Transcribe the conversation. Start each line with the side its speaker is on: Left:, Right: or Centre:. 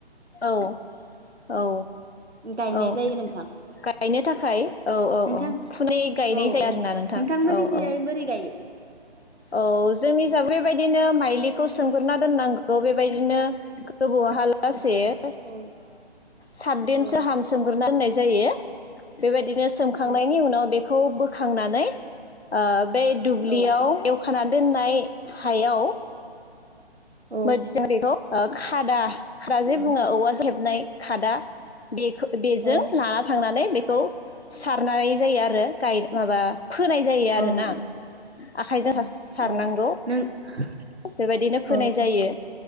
Left: औ औ
Right: गायनाय
Left: औ
Right: जायो नोंथां
Left: गायनो थाखाय औ औ
Right: नोंथां
Left: औ फुनै गायनाय
Right: औ
Left: जाया
Right: औ
Left: आरोना नोंथां
Right: नोंथांमोननिसिजाय
Left: औ औ
Right: बोरै गायो
Left: औ जोंनि जा बेबायदिनो मा फाइलिखौ सोमगोरना दोननां गौ बेबायदिनो गोबौहाला से ओ
Right: औ
Left: सातदिनसो
Right: औ
Left: हाम सोमग्रोना दोननाय जायो बेबायदिनो सोमखांनायनि
Right: औ
Left: उनाव बेखौ बो खांनानै ओ बे दुब्लियाव
Right: औ
Left: एवखा खाना दोनना हाय हायाव
Right: औ
Left: मोदजां बेखौ ओ खा। खादा ख्रा जे
Right: औ
Left: बुङो औवा जो हेबनाय खादा बेखो बेजों
Right: औ
Left: लाना थांनानै बेखौ सारनाय जायो। आरो गायनो माबा फोनाय जायो आरोना
Right: औ
Left: आ। आखाइजों
Right: औ
Left: सास सारनांगौ
Right: औ <inaudible>
Left: बेबायदिनो फोनाय
Right: औ औ
Left: जायो